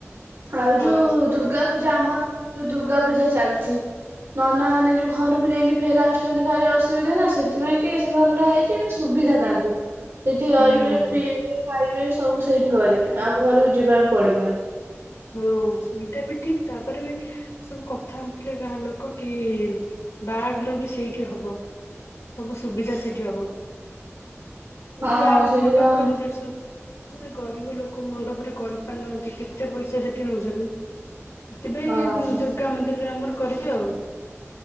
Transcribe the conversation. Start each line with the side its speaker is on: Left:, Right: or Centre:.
Right: ଆଉ
Left: ହଁ
Right: ଯୋଉ ଦୁର୍ଗା ପୂଜା ଆମ ଯୋଉ ଦୁର୍ଗା ପୁଜା ଚାଲ୍ ଚି ନନା ମାନେ ଯୋଉ ଘରକୁ ଯାଇଁକି ଫେରେ ଆସୁଚନ୍ତି ଭାରି ଅସୁବିଧା ନା ସେଥିପାଇଁ କି ସେ ଘର ଟା ହେଇଚି ବି ସୁବିଧା ତାଙ୍କୁ। ସେଇଠି ରହିବେ
Left: ହୁଁ।
Right: ପିଇବେ ଖାଇବେ ସବୁ ସେଇଠି କରିବେ ଆଉ ଘହାରକୁ ଯିବାକୁ ପଡିବନି।
Left: ହଁ ସେଇଟା ବି ଠିକ୍ ତାପରେ ବି ସବୁ କଥା ହଉଥିଲେ ଗାଁ ଲୋକ କି ବାହାଘର ବି ସେଇଠି ହବ ସବୁ ସୁବିଧା ସେଇଠି ହବ। ମୁ
Right: ହଁ
Left: ବାହାଘର
Right: ସେଇଠି
Left: ମଣ୍ଡପରୁ
Right: ବା
Left: ସେଠି ସବୁ ଗରିବ ଲୋକ ମଣ୍ଡପରେ କରିପାରୁନାହାନ୍ତି କେତେ ପଇସା ସେଠି ନୋଉଛନ୍ତି। ଥିପାଇଁ
Right: ହଁ
Left: ଦୁର୍ଗା ମନ୍ଦିରରେ ଆମର କରିବୁ ଆଉ।